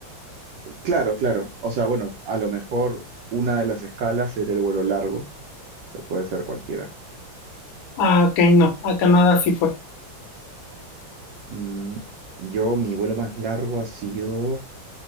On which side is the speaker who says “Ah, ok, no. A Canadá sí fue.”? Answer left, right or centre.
Left